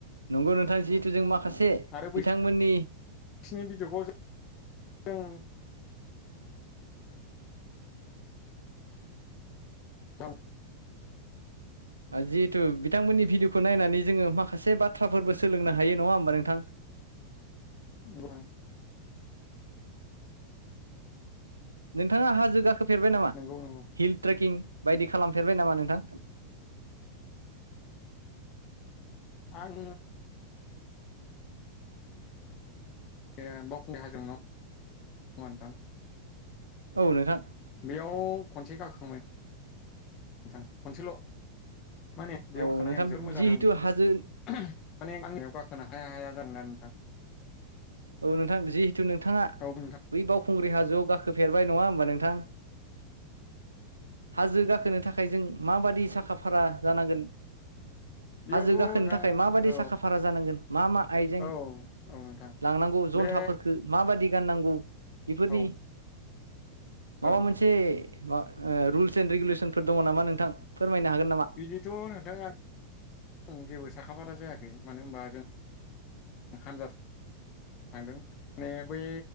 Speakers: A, on the right; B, on the left.
A: नंगौ नोंथां जिहेथु जों माखासे
B: आरो
A: बिथांमोननि
B: बिसिनि भयखौ जों। थाम-
A: जिहेथु बिथांमोननि भिडिअखौ नायनानै जोंङो माखासे बाथ्राफोरबो सोलोंनो हायो नङा होमबा नोंथां। <inaudible>
B: अ।
A: नोंथाङा हाजो गाखोफेरबाय नामा
B: नंगौ नंगौ
A: हिल ट्रेकिं बायदि खालामफेरबाय नामा नोंथां?
B: आं बे बावखुंग्रि हाजोआव नोंथां।
A: औ नोंथां।
B: बेयाव खनसे गाखोखांबाय आं नोंथां खनसेल माने बे
A: औ
B: अखानाय
A: नोंथां
B: आं जोबबोद मोजांनो
A: जिहेथु
B: आरो नोंथां।
A: हाजो
B: माने आंनियाव गाखोनो हाया हाया जागोन आरो नोंथां।
A: औ नोंथां जिहेथु नोंथाङा
B: औ नोंथां
A: बै बाव खुंग्रि हाजोआव गाखोफेरबाय नङा होमबा नोंथां। हाजो गाखोनो थाखाय जों माबादि साखा फारा जानांगोन
B: बेयावथ'
A: हाजो
B: नोंथां
A: गाखोनो थाखाय माबायदि
B: औ
A: साखा फारा जानांगोन मा मा आइजें
B: औ औ नोंथां
A: लांनांगौ जन्थाफोरफोरखौ
B: बे
A: माबादि गाननांगौ बेफोरनि
B: औ
A: माबा
B: औ
A: मोनसे मा रुल्स एन्ड रेगुलेसनफोर दङ नामा नोंथां। फोरमायनो हागोन नामा
B: बिदिथ नोंथां आं जेबो साखाफारा जायाख मानो होनबा जों हानजा थांदों माने बै